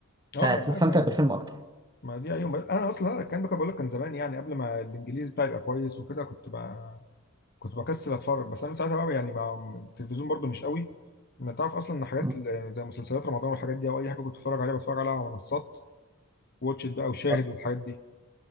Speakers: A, on the left; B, on the right.
A: اه
B: فهتستمتع
A: ما انا عارف انا
B: بالفيلم اكتر
A: ما دي ايوه ما- انا اصلا الكلام ده كنت بقول لك كان زمان يعني قبل ما الانجليزي بتاعي يبقى كويس وكده كنت بقى كنت بكسل اتفرج بس انا من ساعتها بقى يعني ما التلفزيون برضو مش قوي ما تعرف اصلا ان حاجات
B: مم.
A: ال- زي مسلسلات رمضان والحاجات دي او اي حاجه كنت بتفرج عليها بتفرج عليها على منصات واتش إت بقى وشاهد
B: آه،
A: والحاجات دي